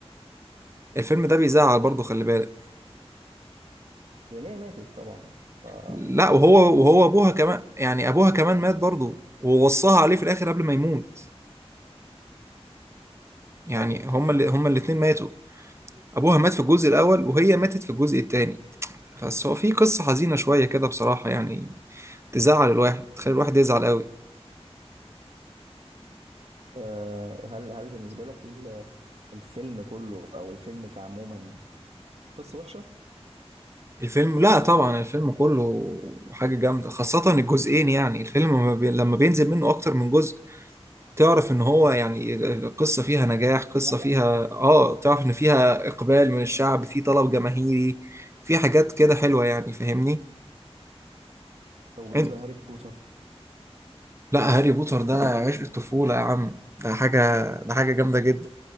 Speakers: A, on the right; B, on the right.
A: الفيلم ده بيزعل برضه خلي بالك
B: لان هي ماتت طبعا فكان
A: لا وهو وهو ابوها كمان يعني ابوها كمان مات برضه ووصاها عليه في الاخر قبل ما يموت يعني
B: ايوه
A: هما
B: صح
A: اللي هما الاتنين ماتوا
B: صح
A: ابوها مات في الجزء الاول وهي ماتت في الجزء التاني بس هو في قصة حزينة شوية كده بصراحة يعني تزعل الواحد تخلي الواحد يزعل قوي
B: آه، هل هل بالنسبة لك ال- الفيلم كله او الفيلم كعموما قصة وحشة
A: الفيلم لا طبعا الفيلم كله حاجة جامدة خاصة الجزئين يعني الفيلم لما بي- لما بينزل منه اكتر من جزء تعرف ان هو يعني قصة فيها نجاح قصة
B: نجح
A: فيها اه تعرف ان فيها اقبال من الشعب في طلب جماهيري في حاجات كده حلوة يعني فاهمني
B: طب بالنسبة
A: عن-
B: لهاري بوتر
A: لا هاري بوتر ده عشق الطفولة يا عم ده حاجة ده حاجة جامدة جدا